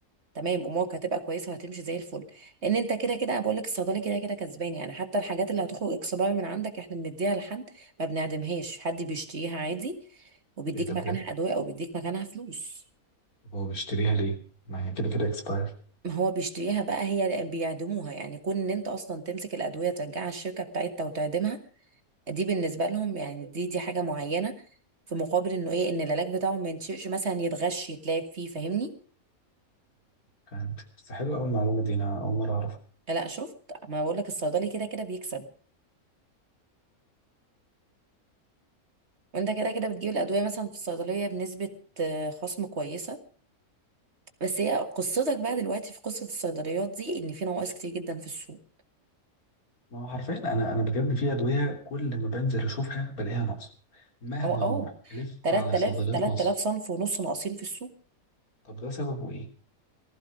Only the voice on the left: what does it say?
ايه ده بجد
طب هو بيشتريها ليه؟ ما هي كده كده اكسبايرد
فهمت بس حلو قوي المعلومة دي انا اول مرة اعرفها
ما هو حرفيا انا انا بجد في ادوية كل ما بنزل اشوفها بلاقيها ناقصة مهما
اروح الف
على صيدليات
مصر
طب ده سببه ايه؟